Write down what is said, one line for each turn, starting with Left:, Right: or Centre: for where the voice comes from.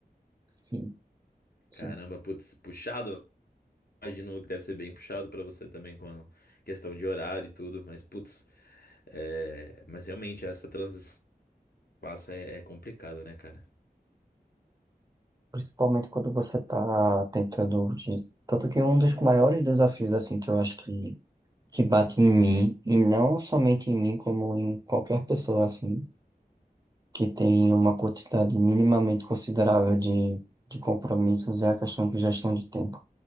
Right: Sim, sim.
Left: Caramba, putz, puxado. Imagino que deve ser bem puxado para você também com a questão de horário e tudo, mas putz, é, mas realmente essa transição que passa é, é complicado, né, cara?
Right: Principalmente quando você está tentando. de- Tanto que um dos maiores desafios, assim, que eu acho que, que bate em mim, e não somente em mim, como em qualquer pessoa, assim, que tem uma quantidade minimamente considerável de, de compromissos, é a questão de gestão de tempo.